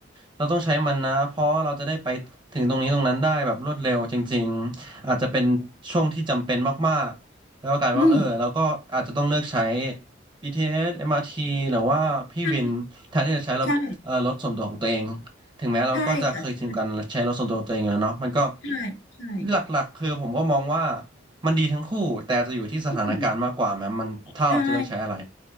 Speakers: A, on the right; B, on the left.
A: เราต้องใช้มันนะเพราะเราจะได้ไปถึงตรงนี้ตรงนั้นได้แบบรวดเร็วจริงๆอาจจะเป็นช่วงที่จำเป็นมากๆแล้วก็กลายเป็นว่าเออเราก็อาจจะต้องเลือกใช้
B: อืม
A: BTS MRT หรือว่าพี่วินแทนที่จะใช้รถเอ่อรถส่วนตัวของตัวเอง
B: ใช่ใช่
A: ถึงแม้เราก็จะเคยชินกันใช้รถส่วนตัวของตัวเองแล้วเนาะมันก็
B: ใช่ค่ะใช่ใช่ใช่
A: หลักๆคือผมก็มองว่ามันดีทั้งคู่แต่จะอยู่ที่สถานการณ์มากกว่าแม้มันถ้าเราจะเลือกใช้อะไร
B: อืมใช่